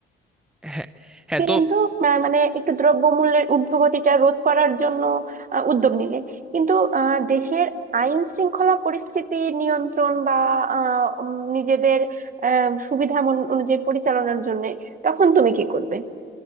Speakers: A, in the centre; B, on the right.
A: হ্যাঁ হ্যাঁ
B: কিন্তু
A: তো
B: আহ, মানে একটু দ্রব্যমূল্যের ঊর্ধ্বগতিটা রোধ করার জন্য আহ, উদ্যোগ নিলে কিন্তু আহ, দেশের আইন শৃঙ্খলা পরিস্থিতি নিয়ন্ত্রণ বা আহ, উম, নিজেদের আহ, সুবিধা মন- অনুযায়ী পরিচালনার জন্য তখন তুমি কি করবে